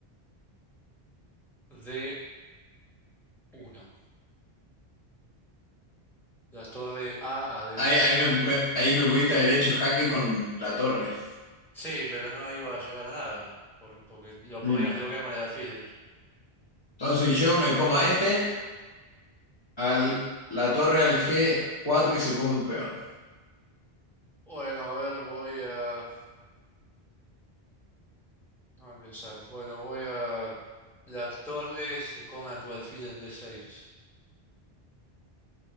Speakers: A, in the centre; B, on the left.
A: d uno La torre A a d
B: Ahí,
A: uno
B: ahí me, me- ahí me pudiste haber hecho jaque con la torre.
A: Sí, pero no iba a llevar a nada, por- porque lo podías
B: Mm.
A: bloquear con el alfil, de hecho.
B: Entonces yo me como a este, al, la torre al g cuatro y se come un peón.
A: Bueno, a ver, voy a... Déjame pensar. Bueno, voy a... La torre se come a tu alfil en d seis